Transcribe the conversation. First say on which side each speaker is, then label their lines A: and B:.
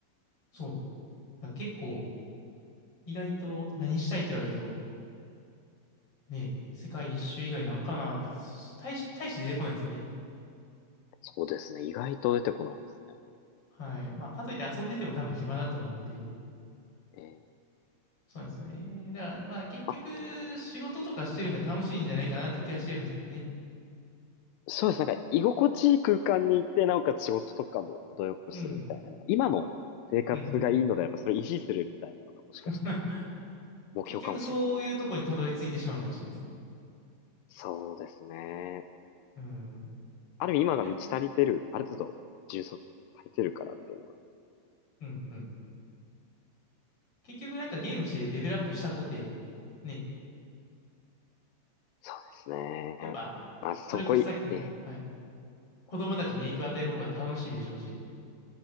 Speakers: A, on the left; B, on the left.
A: そう。だから結構、意外と何したいって言われると、ね、世界一周以外なんかなって、大し、大して出てこないですよね。
B: そうですね。意外と出てこないですね。
A: はい。まあ、かといって遊んでても多分暇だと思うんで、
B: ええ
A: そうなんですよね。だから、まあ結局、
B: あ、
A: 仕事とかしてるのが楽しいんじゃないかなっていう気はしてるんですけどね。
B: そうです。なんか、居心地いい空間に行って、なおかつ仕事とかも程よくするみたいな。
A: うん。
B: 今の生活がいいのであれば、
A: うんうん。
B: それを維持するみたいなのがもしかしたら
A: <laughs>
B: 目標かもしれない。
A: 結局そういうとこにたどり着いてしまうかもしれないですね。
B: そうですね。
A: うん。
B: ある意味今が満ち足りてる、
A: やっ、
B: ある程度充足足りてるからっていうのは。
A: うんうん。結局なんかゲームしてレベルアップしたとて、ね、
B: そうですね。
A: やっぱ、
B: まあ、そこい、
A: それこそさっきの、
B: ええ
A: はい、子供たちに影響を与える方が楽しいでしょうし、